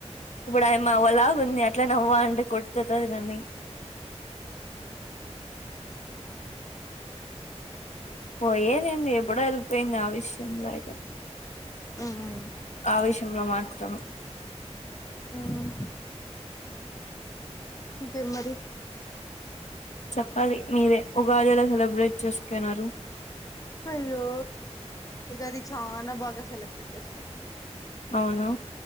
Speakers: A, on the left; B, on the left.
A: ఇప్పుడు ఆయామ్మ <unintelligible> ఉంది అట్లానే అవ్వ అంటే కొట్టతాది నన్నీ పోయిదేందీ ఎప్పుడో వెళ్ళిపోయింది ఆవేశం లో ఏదో
B: మ్మ్
A: ఆ ఆవేశంలో మాత్రమే ఉన
B: మ్మ్ ఇంకేం మరి
A: చెప్పాలి మీరే ఉగాది ఎలా సెలబ్రేట్ చేసుకున్నారు
B: అయ్యో ఉగాది చాన బాగా సెలబ్రేట్ చేసుకున్నాం
A: బాగుందా